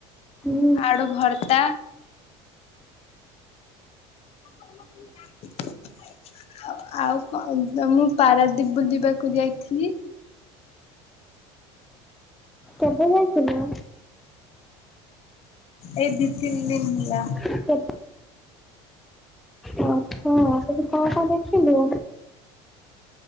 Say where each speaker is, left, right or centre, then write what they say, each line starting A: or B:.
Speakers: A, in the centre; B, on the left (about 45°).
A: ହୁଁ
B: ଆଳୁ ଭର୍ତା <inaudible> ଆଉ ଆଉ କଣ ତ ମୁଁ ପାରାଦ୍ୱୀପ ବୁଲିବାକୁ ଯାଇଥିଲି।
A: କେବେ ଯାଇଥିଲୁ?
B: ଏଇ ଦି ତିନି ଦିନ ହେଲା
A: କେ ଆଚ୍ଛା ସେଠି କଁ କଁ ଦେଖିଲୁ?